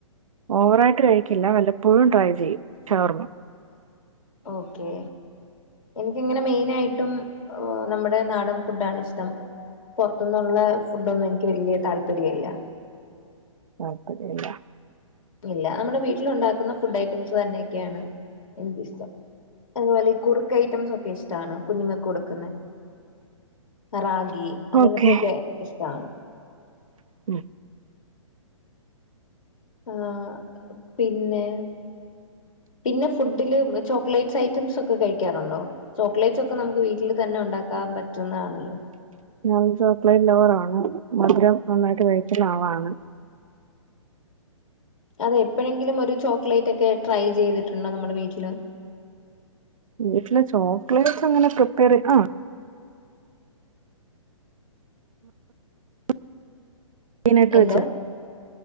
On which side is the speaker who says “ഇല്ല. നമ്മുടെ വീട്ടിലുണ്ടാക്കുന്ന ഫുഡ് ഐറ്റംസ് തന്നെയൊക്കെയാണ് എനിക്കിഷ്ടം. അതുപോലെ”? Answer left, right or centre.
Left